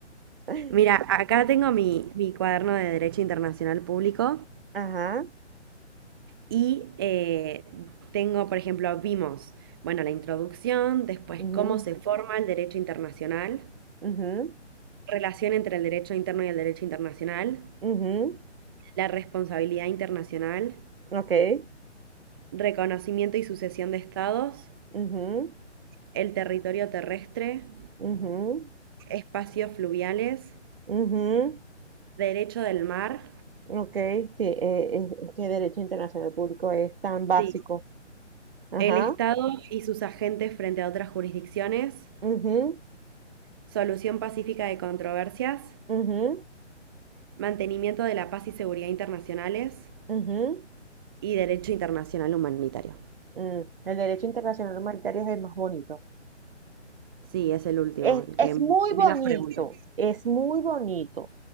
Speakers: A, on the right (about 50°); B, on the right (about 20°).
A: <laughs>
B: Mira, acá tengo mi, mi cuaderno de Derecho Internacional Público
A: Ajá.
B: y eh, tengo, por ejemplo, vimos, bueno, la introducción, después
A: Ujú,
B: cómo se forma el derecho internacional,
A: ujú,
B: relación entre el derecho interno y el derecho internacional,
A: ujú,
B: la responsabilidad internacional,
A: Okay,
B: reconocimiento y sucesión de estados,
A: ujú,
B: el territorio terrestre,
A: ujú,
B: espacios fluviales,
A: ujú,
B: derecho del mar,
A: okay, sí, eh, es, es que derecho internacional público es tan básico.
B: sí,
A: Ajá,
B: el Estado y sus agentes frente a otras jurisdicciones,
A: ujú,
B: solución pacífica de controversias,
A: ujú,
B: mantenimiento de la paz y seguridad internacionales
A: ujú,
B: y derecho internacional humanitario.
A: mm, El derecho internacional humanitario es el más bonito.
B: Sí, es el último,
A: Es,
B: el
A: es
B: que
A: muy
B: menos
A: bonito,
B: preguntas.
A: es muy bonito.